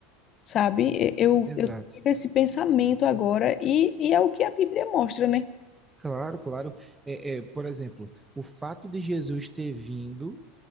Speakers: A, on the left; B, on the right.
A: sabe? Eu,
B: Exato.
A: eu tive esse pensamento agora e, e é o que a Bíblia mostra, né?
B: Claro, claro. É, é, por exemplo, o fato de Jesus ter vindo.